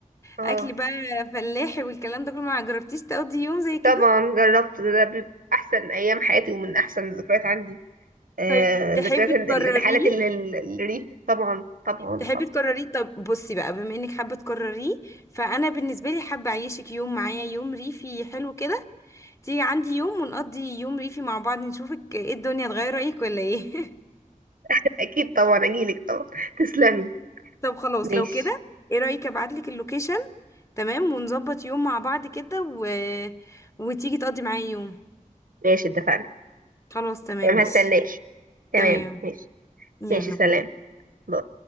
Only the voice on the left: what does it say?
أكل بقى فلاحي والكلام ده كله ما جربتيش تقضي يوم زي كده
طيب تحبي
تكرريه
تحبي
تكرريه طب بصي بقى بما انك حابه تكرريه فانا بالنسبه لي حابه اعيشك يوم معايا يوم ريفي حلو كده تيجي عندي يوم ونقضي يوم ريفي مع بعض نشوفك ايه الدنيا تغير رايك ولا ايه
<laughs> طب خلاص
لو كده ايه رايك ابعتلك اللوكيشن تمام ونظبط يوم مع بعض كده و... وتيجي تقضي معايا يوم
خلاص تمام
ماشي
تمام
يلا
باي